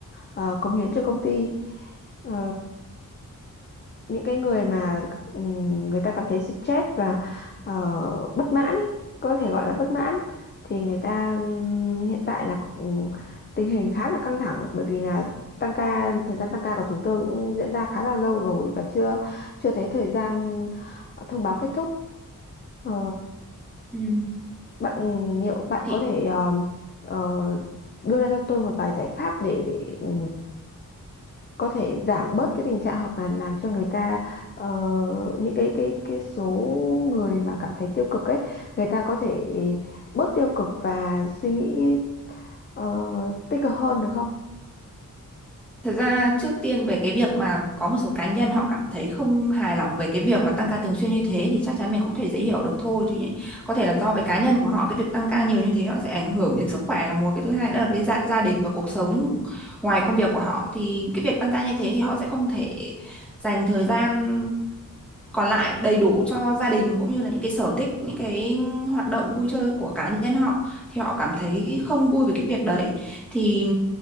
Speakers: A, on the left; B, in the centre.
A: ờ, cống hiến cho công ty Ờ, những cái người mà ừm, người ta cảm thấy stress và ờ, bất mãn ý, có thể gọi là bất mãn thì người ta ừm, hiện tại là cũng- tình hình khá là căng thẳng bởi vì là tăng ca thời gian tăng ca của chúng tôi cũng diễn ra khá là lâu rồi và chưa chưa thấy thời gian ờ, thông báo kết thúc Ờ,
B: Ừ.
A: bạn ừ, liệu bạn
B: Thì
A: có thể ờ, ờ, đưa ra cho tôi một vài giải pháp để để ừ, có thể giảm bớt cái tình trạng hoặc là làm cho người ta ờ, những cái cái cái số người mà cảm thấy tiêu cực ấy người ta có thể bớt tiêu cực và suy nghĩ ờ, tích cực hơn được không?
B: thật ra trước tiên về cái việc mà có một số cá nhân họ cảm thấy không hài lòng về cái việc mà tăng ca thường xuyên như thế thì chắc chắn mình cũng thể dễ hiểu được thôi thì nhỉ- có thể là do về cá nhân của họ cái việc tăng ca nhiều như thế họ sẽ ảnh hưởng đến sức khỏe là một cái thứ hai nữa là với gia, gia đình và cuộc sống ngoài công việc của họ thì cái việc tăng ca như thế thì họ sẽ không thể dành thời gian còn lại đầy đủ cho gia đình cũng như là những cái sở thích những cái hoạt động vui chơi của cá nhân họ thì họ cảm thấy không vui về cái việc đấy thì